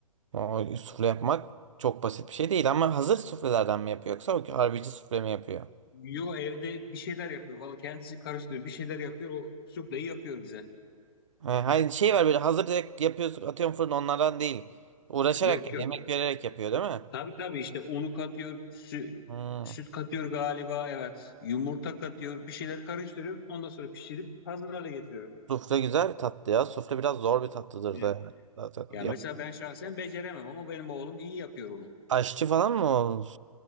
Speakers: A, on the right (about 55°); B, on the left (about 40°).
A: O sufle yapmak çok basit bir şey değil ama hazır suflelerden mi yapıyor yoksa o harbici sufle mi yapıyor?
B: Yo evde bir şeyler yapıyor. Valla kendisi karıştırıyor. Bir şeyler yapıyor. O sufleyi yapıyor bize.
A: Ha, Hayır şey var böyle hazır direkt yapıyorsun atıyorum fırına onlardan değil. Uğraşarak
B: Yok
A: yani
B: yok.
A: emek vererek yapıyor değil mi?
B: Tabii tabii işte unu katıyor. Sü
A: Hmm.
B: süt katıyor galiba. Evet. Yumurta katıyor. Bir şeyler karıştırıyor. Ondan sonra pişirip hazır hale getiriyor.
A: Sufle güzel bir tatlı ya. Sufle biraz zor bir tatlıdır
B: Evet.
A: da yani. zaten.
B: Ya
A: Yap.
B: mesela ben şahsen beceremem ama benim oğlum iyi yapıyor onu.
A: Aşçı falan mı olmuş?